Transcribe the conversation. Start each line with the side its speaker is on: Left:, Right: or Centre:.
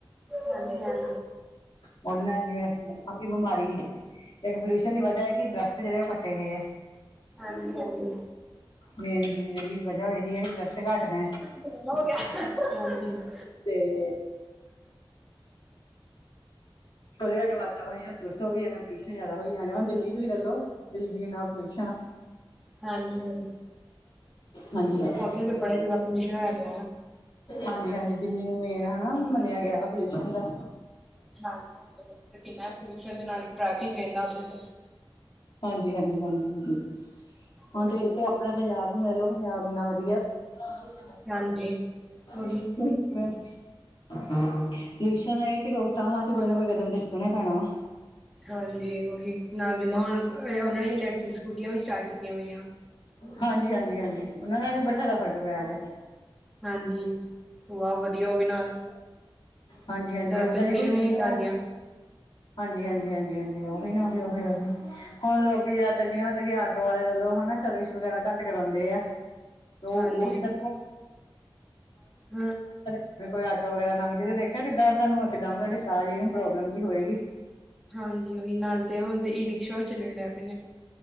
Centre: ਹਾਂਜੀ ਹਾਂਜੀ
Left: ਉਹਨਾਂ ਜਿਵੇਂ ਅਸੀਂ ਹਾਂਜੀ ਬਿਮਾਰੀ ਇੱਕ ਪੋਲਿਊਸ਼ਨ ਦੀ ਵਜ੍ਹਾ ਹੈ ਕਿ ਦਰਖ਼ਤ ਜਿਹੜੇ ਉਹ ਕੱਟੇ ਗਏ ਐ।
Centre: ਹਾਂਜੀ- ਹਾਂਜੀ।
Left: ਮੇਨ ਜਿਹੜੀ ਵਜ੍ਹਾ ਹੋਈ ਦੀ ਇਹ ਦਰਖਤ ਘੱਟ ਨੇ
Centre: ਲੰਬਾ ਹੋ ਗਿਆ ਹਾਂਜੀ। <inaudible>
Left: ਤੇ ਉਹਦੇ ਕਰਕੇ ਵਾਤਾਵਰਨ ਦੁਸਟ ਹੋ ਜਾਣੇ ਪੋਲਿਊਸ਼ਨ ਜ਼ਿਆਦਾ ਹੋਈ ਜਾਣ ਡਿਆ ਦਿੱਲੀ ਤੁਸੀਂ ਲੈਲੋ। ਦਿੱਲੀ 'ਚ ਕਿੰਨਾ ਪੋਲਿਊਸ਼ਨ ਆ।
Centre: ਹਾਂਜੀ-ਹਾਂਜੀ
Left: ਹਾਂਜੀ ਹਾਂਜੀ
Centre: ਉੱਥੇ ਤਾਂ ਬੜੇ ਜਾਦਾ ਪੋਲਿਊਸ਼ਨ ਹੋਯਾ ਪਿਆ ਨਾ।
Left: ਹਾਂਜੀ-ਹਾਂਜੀ ਦਿੱਲੀ ਨੂੰ ਮੇਨ ਹਨਾ ਮੰਨਿਆ ਗਿਆ ਪੋਲਿਊਸ਼ਨ ਦਾ
Centre: <unintelligible> ਕਿੰਨਾ ਪੋਲਿਊਸ਼ਨ ਦੇ ਨਾਲ ਟੈਫਿਕ ਏਨਾ ਉਥੇ ਤੇ
Left: ਹਾਂਜੀ-ਹਾਂਜੀ-ਹਾਂਜੀ-ਹਾਂਜੀ
Centre: ਹਾਂਜੀ।
Left: ਹੁਣ ਤੇ ਇੱਥੇ ਆਪਣੇ ਪੰਜਾਬ ਨੂੰ ਲੈ ਲੋ ਪੰਜਾਬ ਇੰਨਾ ਵਧੀਆ। ਹਾਂ
Centre: ਹਾਂਜੀ ਉਹੀ
Left: <unintelligible> ਸ਼ ਇਹ ਕਿ ਰੋਕਤਾ ਵਾ ਤੇ ਕੋਈ ਨਾ ਕੋਈ ਕਦਮ ਤੇ ਚੁੱਕਣਾ ਪੈਣਾ ਵਾ।
Centre: ਹਾਂਜੀ ਉਹੀ ਨਾਲ ਜਿੰਨਾ ਹੁਣ ਉਹਨਾਂ ਨੇ ਇਲੈਕਟ੍ਰਿਕ ਸਕੂਟੀਆਂ ਵੀ ਸਟਾਰਟ ਕੀਤੀਆਂ ਪਈਆਂ।
Left: ਹਾਂਜੀ-ਹਾਂਜੀ-ਹਾਂਜੀ ਉਹਨਾਂ ਨਾਲ ਵੀ ਬਥੇਰਾ ਫ਼ਰਕ ਪਿਆ ਜੇ <inaudible>
Centre: ਹਾਂਜੀ ਵਾਹ ਵਧੀਆ ਓ ਵੀ ਨਾਲ
Left: ਹਾਂਜੀ-ਹਾਂਜੀ
Centre: ਜ਼ਿਆਦਾ
Left: ਓਦਾਂ
Centre: ਪੋਲਿਊਸ਼ਨ
Left: ਨਈ
Centre: ਵੀ
Left: ਕੀ
Centre: ਨਹੀਂ
Left: ਦਾ
Centre: ਕਰਦੀਆਂ।
Left: ਹਾਂਜੀ-ਹਾਂਜੀ-ਹਾਂਜੀ-ਹਾਂਜੀ ਉਹੀ ਨਾ ਉਹੀ-ਉਹੀ-ਉਹੀ ਹੁਣ ਲੋਕੀ ਯ ਤਾਂ ਜਿ ਤੁਸੀਂ ਆਟੋ ਵਾਲੇ ਲੈਲੋ ਹਨਾ ਸਰਵਿਸ ਵਗੈਰਾ ਘੱਟ ਕਰਾਉਂਦੇ ਆ ਤੇ ਓ
Centre: ਹਾਂਜੀ
Left: ਉਹੀ ਤਾ
Centre: ਹਾਂ
Left: <inaudible> ਫੇਰ ਕੋਈ ਆਟੋ ਵਗੈਰਾ ਲੰਘ ਜੇ ਤੇ ਦੇਖਿਆ ਕਿੱਦਾਂ ਤੁਾਨੂੰ ਕਿਦਾਂ ਸਾਹ ਜ ਨੂੰ ਪ੍ਰੋਬਲਮ ਜਿ ਹੋਏਗੀ
Centre: ਹਾਂਜੀ ਉਹੀ ਨਾਲ ਤੇ ਹੁਣ ਤੇ ਈ ਰਿਕਸ਼ਾ ਵੀ ਚੱਲਣ ਡਿਆ ਪਏ ਨੇ।